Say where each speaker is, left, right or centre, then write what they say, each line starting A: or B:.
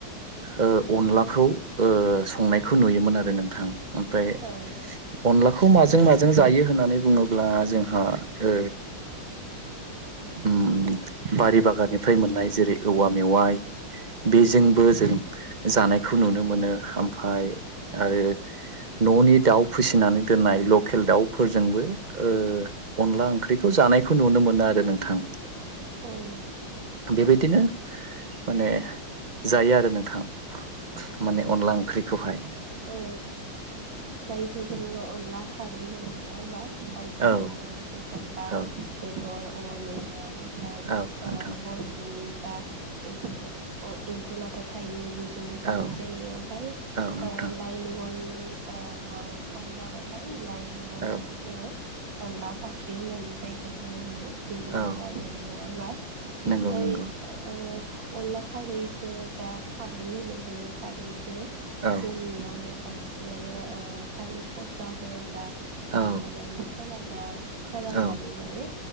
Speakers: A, on the right; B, on the right.
A: ओ अनलाखौ संनायखौ नुयोमोन आरो नोंथां ओमफ्राय
B: औ
A: अनलाखौ माज हाजों जायो होननानै बुङोब्ला जोंहा ओ उम बारि बागाननिफ्राय मोननाय जेरै औवा मेवाइ बेजोंबो जों जानायखौ नुनो मोनो ओमफाय आरो न'नि दाउ फिसिनानै दोननाय ल लकेल दाउफोरजोंबो ओ अनला ओंख्रिखौ जानायखौ नुनो मोनो आरो नोंथां
B: औ
A: बेबायदिनो माने जायो आरो नोंथां माने
B: औ
A: अनला ओंख्रिखौ हाय
B: ओ जायखौ जोङो अनला खारै होनो नङा होमबा बायदिसिना
A: औ
B: बेसाद बा
A: औ
B: बेदर औवा मेवाइ ने ओमफ्राय
A: औ
B: ओ
A: नोंथां
B: बर'नि दा एम्फ एम्फौ लाथा थायो बेजोंबो जानाय
A: औ
B: जायो ओमफाय
A: औ नोंथां
B: ओ लाइ मैगंनि ओ माबा सम जाबाथाय लाइ मैगंजोंबो
A: औ
B: जोङो अनला फाख्रि होननानै जायखौ जोङो होनो बेजोंबो
A: औ
B: जाजायो नङा होमबा। ओमफाय
A: नंगौ नंगौ
B: अनला खारैखौ जा खारै होनो जोङो खारदैखौ
A: औ
B: जोंनियावहाय बांसिनानो ओ थालिर फस्ला हो जा दानफायनानै
A: औ
B: फोरानना फोराननानै
A: औ
B: माने